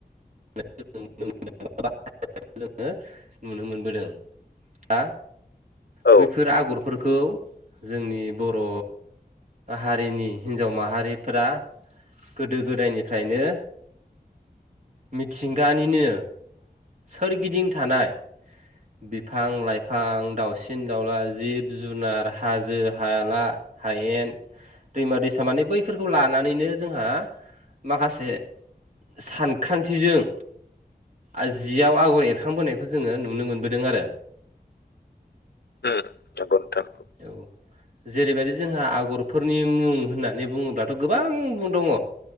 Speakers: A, on the right; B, on the left.
A: <unintelligible> <unintelligible> नुनो मोनबोदों आ
B: औ
A: बैफोर आगरफोरखौ जोंनि बर' हारिनि हिन्जाव माहारिफोरा गोदो गोदायनिफ्रायनो मिथिंगानिनो सोरगिदिं थानाय
B: <inaudible>
A: बिफां लाइफां दाउसिन दाउला जिब जुनार हाजो हाला हायेन दैमा दैसा माने बैफोरखौ लानानैनो जोंहा माखासे सानखांथिजों आ जियाव आगर एरखांबोनायखौ जोङो नुनो मोनबोदों आरो
B: उम जागोन थां
A: औ जेरैबायदि जोंहा आगरफोरनि मुं होननानै बुङोब्लाथ' गोबां मुं दङ